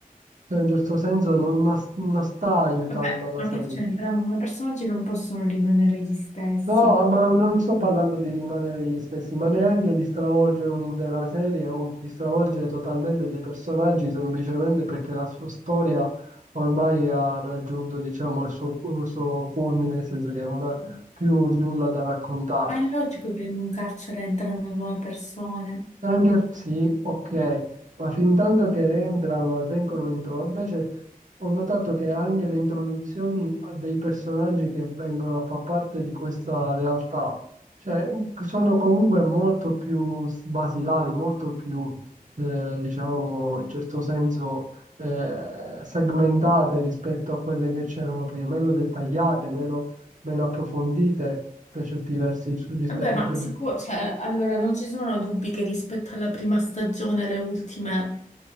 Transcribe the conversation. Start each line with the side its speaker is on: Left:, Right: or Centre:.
Right: in un certo senso non non sta aiutando
Left: Vabbè,
Right: la
Left: ma
Right: serie.
Left: che c'entra? Ma i personaggi non possono rimanere gli stessi.
Right: No, ma non sto parlando di rimanere gli stessi, ma neanche di stravolgere un'intera serie o di stravolgere totalmente dei personaggi semplicemente perché la sua storia ormai ha raggiunto, diciamo, il suo, il suo culmine, nel senso che non ha più nulla da raccontare.
Left: Ma È logico che in un carcere entrano nuove persone.
Right: Anche sì, ok, ma fin tanto che entrano e vengono intro... Invece ho notato che anche le introduzioni a dei personaggi che vengono a far parte di questa realtà, cioè sono comunque molto più s- basilari, molto più, eh, diciamo, in certo senso eh, segmentate rispetto a quelle che c'erano prima, meno dettagliate, meno, meno approfondite per certi versi su- rispetto
Left: Vabbè, ma
Right: a quelle
Left: sicuro, cioè, allora non ci sono dubbi che rispetto alla prima stagione le ultime